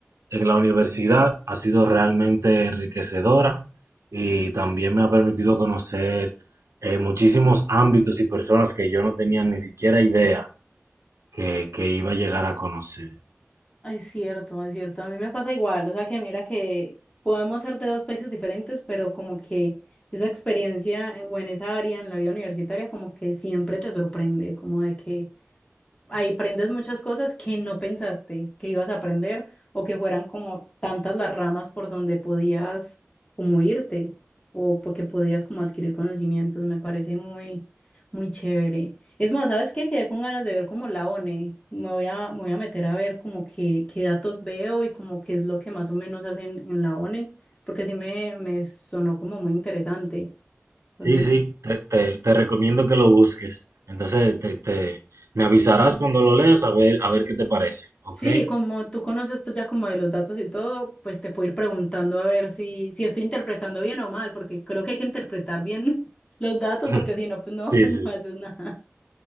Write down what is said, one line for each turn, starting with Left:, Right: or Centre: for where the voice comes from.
Right: en la universidad ha sido realmente enriquecedora y también me ha permitido conocer eh, muchísimos ámbitos y personas que yo no tenía ni siquiera idea que, que iba a llegar a conocer.
Left: Es cierto, es cierto. A mí me pasa igual. O sea que mira que podemos ser de dos países diferentes, pero como que esa experiencia eh, o en esa área, en la vida universitaria, como que siempre te sorprende, como de que ahí aprendes muchas cosas que no pensaste que ibas a aprender o que fueran como tantas las ramas por donde podías como irte o porque podías como adquirir conocimientos. Me parece muy, muy chévere. Es más, ¿sabes qué? Quedé con ganas de ver como la ONE. Me voy a, me voy a meter a ver como que, qué datos veo y como qué es lo que más o menos hacen en la ONE, porque sí me, me sonó como muy interesante. Entonces,
Right: Sí, sí, te, te- te recomiendo que lo busques. Entonces, te, te- me avisarás cuando lo leas a ver, a ver qué te parece, ¿ok?
Left: Sí, como tú conoces pues ya como de los datos y todo, pues te puedo ir preguntando a ver si, si estoy interpretando bien o mal, porque creo que hay que interpretar bien <laughs> los datos,
Right: <laughs>
Left: porque si no, pues no,
Right: Sí,
Left: <laughs> no
Right: sí.
Left: haces nada.